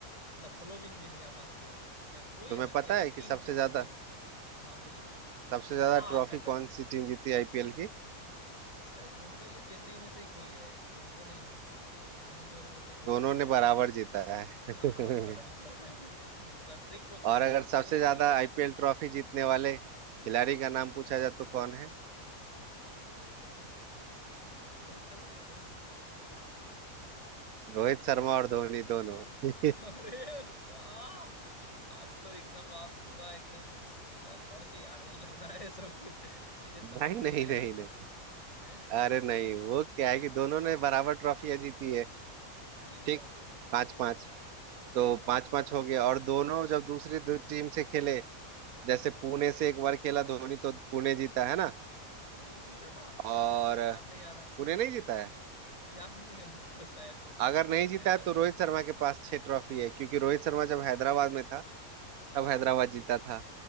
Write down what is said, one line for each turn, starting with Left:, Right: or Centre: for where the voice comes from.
Left: मतलब फॉलोविंग भी नहीं आ पाती है जब वही
Right: तुम्हें
Left: है ना
Right: पता
Left: कि अगर
Right: है
Left: टीम
Right: कि सबसे ज्यादा
Left: जीत हाँ बोलिए
Right: सबसे ज्यादा
Left: हाँ
Right: ट्रॉफी
Left: पता
Right: कौन
Left: है।
Right: सी टीम जीती आईपीएल की
Left: शायद मुंबई या चेन्नई में से ही कोई है ऐसी और तो नहीं हो इन्हीं दोनों में से कोई
Right: दोनों
Left: सी है शायद
Right: ने
Left: चेन्नई
Right: बराबर जीता है <laughs>
Left: हाँ बराबर <laughs> थोड़ा ट्रिक क्वेश्चन
Right: और अगर
Left: था चलिए
Right: सबसे ज्यादा
Left: वो हो सकता
Right: आईपीएल
Left: है
Right: ट्रॉफी जीतने वाले खिलाड़ी का नाम पूछा जाए तो कौन है
Left: आई थिंक रोहित शर्मा या धोनी
Right: रोहित शर्मा और धोनी दोनों <laughs>
Left: <laughs> अरे वाह आज तो एकदम आप पूरा एकदम पूरा पढ़ के ही आ रहे हैं लग रहा है सब कुछ चीजें समझ
Right: नहीं
Left: के
Right: नहीं
Left: आए
Right: नहीं
Left: हैं एकदम
Right: नहीं
Left: हैं
Right: अरे नहीं वो क्या है कि दोनों ने बराबर ट्रॉफियां जीती है
Left: ये भी
Right: ठीक
Left: बात एकदम सही
Right: पांच
Left: कह रहे
Right: पांच
Left: हैं हाँ
Right: तो
Left: एकदम
Right: पांच
Left: एकदम
Right: पांच
Left: सही
Right: हो गया
Left: कह रहे
Right: और
Left: हैं
Right: दोनों जब दूसरी दो टीम से खेले जैसे पुणे से एक बार खेला धोनी तो पुणे जीता है ना
Left: पुण्य जीता था
Right: और
Left: मुझे तो याद नहीं आ रहा
Right: पुणे नहीं जीता है
Left: है याद नहीं है मुझको शायद होगा
Right: अगर नहीं जीता
Left: चेक
Right: है
Left: करूंगा
Right: तो रोहित शर्मा के पास छह ट्रॉफी है क्योंकि रोहित शर्मा जब हैदराबाद में था तब हैदराबाद जीता था